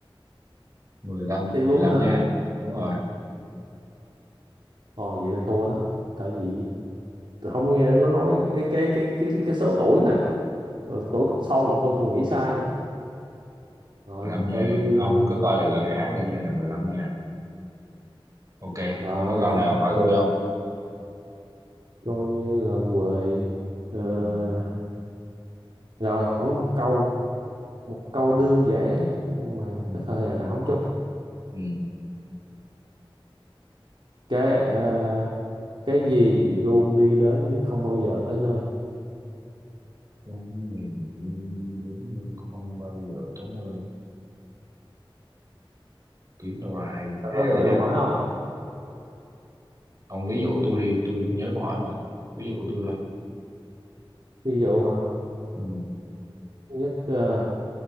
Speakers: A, on the right (about 35°); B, on the right (about 60°).
A: mười lăm
B: thì luôn
A: mười lăm
B: hả
A: nha đúng rồi
B: ồ vậy là thua đó tại vì tôi không nghe nó nói cái cái cái cái cái số tuổi nè rồi tuổi còn son tôi còn nghĩ sai nữa rồi
A: mười lăm nha
B: coi như
A: ông cứ coi lại lời hát đi nha là 15 nha ok
B: rồi
A: ông có
B: vậy
A: câu
B: coi
A: nào hỏi tôi không
B: coi như là quê Ờ,
A: ừ.
B: rồi hỏi một câu một câu đơn
A: Ừ.
B: giản nè, nhưng mà
A: Ừ.
B: chắc hơi hà não chút
A: Ừ.
B: cái ờ, cái gì luôn đi đến nhưng không bao giờ tới nơi
A: Trong nghề luôn đi đến nhưng không bao giờ tới nơi kiếm đâu là hay
B: thật
A: thế
B: là
A: rồi
B: phải
A: chứ
B: câu hỏi không
A: ông ví dụ tôi đi tôi nhớ câu hỏi mà ví dụ tôi thôi
B: ví dụ hả
A: ừ.
B: thứ nhất ờ,